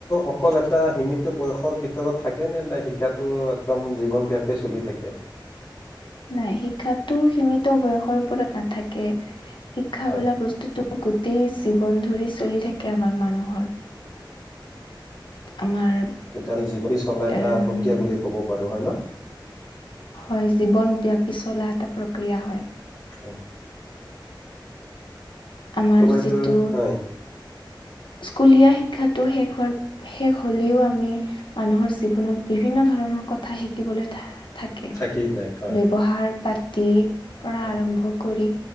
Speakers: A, on the left; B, on the left.
A: অকল এটা সীমিত বয়সৰ ভিতৰত থাকে নে নাই শিক্ষাটো একদম জীৱনব্যাপি চলি থাকে।
B: নাই, শিক্ষা সীমিত বয়সৰ ওপৰত নাথাকে। শিক্ষা
A: হয়
B: বোলা বস্তুতটো গোটেই। বন ধৰি চলি থাকে আমাৰ মানুহৰ। আমাৰ
A: তেতিয়া আমি জীৱ চলা এটা
B: এম
A: প্ৰক্ৰিয়া বুলি ক'ব। হয় ন।
B: হয় জীৱন বিয়াপি চলা এটা প্ৰক্ৰিয়া হয়।
A: হয়।
B: আমাৰ
A: তোমাইটো
B: যিটো
A: হাই।
B: স্কুলীয়া শিক্ষাটো শেষ হোৱাৰ শেষ হলেও আমি মানুহৰ জীৱনত বিভিন্ন ধৰণৰ কথা শিকিবলৈক থাকে,
A: থাকি যায় হয়
B: ব্যৱহাৰ পাতি। তে। পঢ়া
A: হয়
B: আৰম্ভ কৰি।